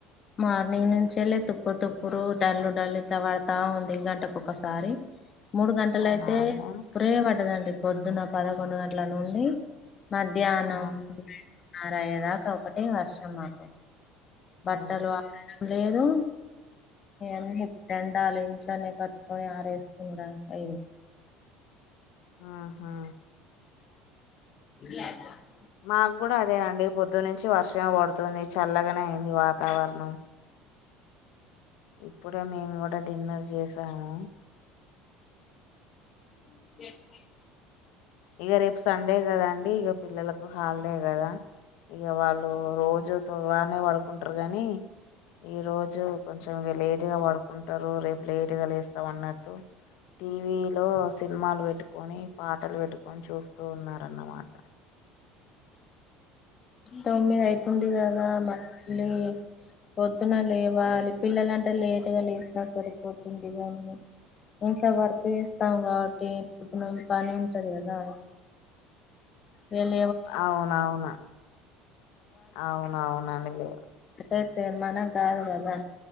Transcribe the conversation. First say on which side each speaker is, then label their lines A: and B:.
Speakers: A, on the left; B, on the left.
A: మార్నింగ్ నుంచి వెళ్ళి తుప్పు తుప్పురు డల్లు డల్లు ఇట్లా పడతా ఉంది గంటకి ఒకసారి మూడు గంటలయితే
B: అవునా అండి
A: ఇప్పురే పడ్డదండి పొద్దున పదకొండు గంటల నుండి మధ్యాహ్నం
B: ఆ
A: ఆరు అయ్యేదాకా ఒకటే వర్షం మాకు బట్టలు
B: ఆ
A: వాడడం లేదు న్నీ దండాలు లు ఇంట్లోనే కట్టుకొని ఆరేస్తుండా అయింది
B: ఆహా
A: <unintelligible>
B: మాకూడా అదేనండి పొద్దునుంచి వర్షము పడుతుంది చల్లగానే అయింది వాతావరణం ఇప్పుడే మేము కూడా డిన్నర్ చేసాము
A: ఒకే అండి
B: ఇగ రేపు సండే కదా అండి ఇక పిల్లలకు హాలిడే కదా ఇగ వాళ్ళు రోజు తుగానే పడుకుంటారు గానీ ఈరోజు కొంచెం ఇ లేటుగా పడుకుంటారు రేపు లేటుగా లేస్తాం అన్నట్టు టీవీ లో సినిమాలు పెట్టుకొని పాటలు పెట్టు ని చూస్తూ ఉన్నారన్నమాట
A: తొమ్మిది అయితుంది కదా మళ్ళీ పొద్దున లేవాలి పిల్లలంటే లేట్గా లేసినా సరిపోతుంది కానీ ఇంట్లో వర్క్ చేస్ తాం కాబట్టి ఇప్పుడు పని ఉంటది కదా వీళ్ళ
B: అవునవును అవునవునండి లే
A: గట్ట తరుమానం కాదు కదా